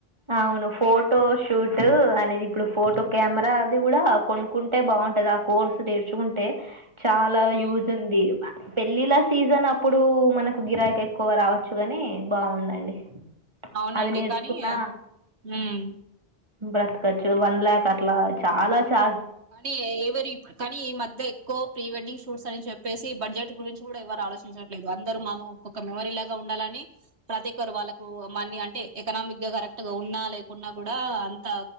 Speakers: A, on the right; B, on the right.
A: అవును ఫోటో షూట్ అనేది ఇప్పుడు ఫోటో కెమెరా అది కూడా కొనుక్కుంటే బాగుంటది ఆ కోర్సు నేర్చుకుంటే చాలా యూజ్
B: అవును
A: ఉంది పెళ్ళిళ సీజన్ అప్పుడు మనకు గిరాకి ఎక్కువ రావచ్చు ని బాగుందండి
B: అవునండి
A: అది నేర్చుకున్నా
B: కానీ హమ్
A: బ్రతకచ్చు వన్ ల్యాక్ అట్లా చాలా చా
B: కానీ ఎవరు కానీ ఈ మధ్య ఎక్కువ ప్రీ వెడ్డింగ్ షూట్స్ అని చెప్పేసి బడ్జెట్ గురించి కూడా ఎవరు ఆలోచించట్లేదు అందరు మా ఒక మెమరీ లాగా ఉండాలని ప్రతి ఒకరు వాళ్ళకు మా అంటే ఎకనామిక్ గా కరెక్ట్ గా ఉన్నా లేకున్నా కూడా అంత